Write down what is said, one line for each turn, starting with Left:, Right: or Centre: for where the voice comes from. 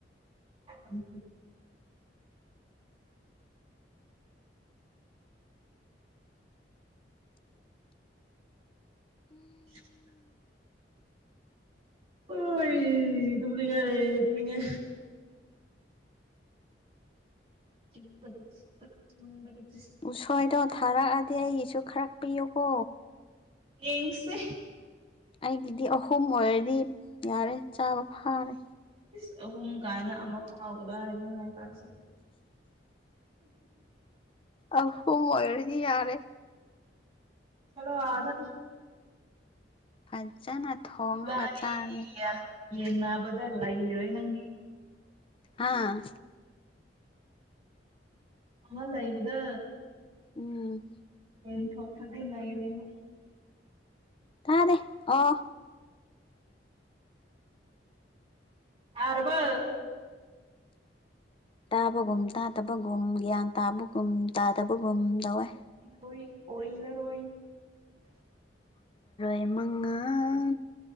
Right: ꯑꯅ <unintelligible> ꯍ ꯏꯕꯨꯉ ꯏꯉ <unintelligible>
Left: ꯎꯁꯣꯏꯗꯣ ꯊꯥꯔꯛꯑꯗꯤ ꯑꯩꯒꯤꯁꯨ ꯈꯔꯛ ꯄꯤꯌꯨꯀꯣ
Right: ꯌꯦꯡꯁꯦ
Left: ꯑꯩꯒꯤꯗꯤ ꯑꯍꯨꯝ ꯑꯣꯏꯔꯗꯤ ꯌꯥꯔꯦ ꯆꯥꯕ ꯐꯥꯔꯦ
Right: ꯄ ꯑꯍꯨꯝ ꯀꯥꯏꯅ ꯑꯃ ꯐꯥꯎꯒꯗ꯭ꯔꯥ ꯍꯥꯏꯅꯉꯥꯏ ꯇꯥꯁꯤ <inaudible>
Left: ꯑ ꯃꯣꯏꯔꯁꯤ ꯌꯥꯔꯦ
Right: ꯆꯂꯣꯗ
Left: ꯐꯖꯅ ꯊꯣꯡꯉꯒ
Right: ꯏꯕꯥꯅꯤꯒꯤ
Left: ꯆꯥꯉꯦ
Right: ꯌꯥꯟ ꯌꯦꯟꯅꯕꯗ ꯂ ꯏꯔꯣꯣꯏ ꯅꯪꯒꯤ
Left: ꯍꯥꯥ
Right: ꯑꯉ ꯂꯩ ꯏꯕꯨꯗ
Left: ꯎꯝ
Right: ꯌꯦꯟꯄꯗꯤꯂ ꯏꯅꯦ
Left: ꯇꯥꯅꯦꯦ ꯑꯣ
Right: ꯇꯔꯔꯕ
Left: ꯇꯥꯕꯒꯨꯝ ꯇꯥꯗꯕꯒꯨꯝ ꯒ꯭ꯌꯥꯟ ꯇꯥꯕꯒꯨꯝ ꯇꯥꯗꯕꯒꯨꯝ ꯇꯧꯋꯦ
Right: ꯔꯣ ꯀꯅ ꯔꯣ
Left: ꯇꯃ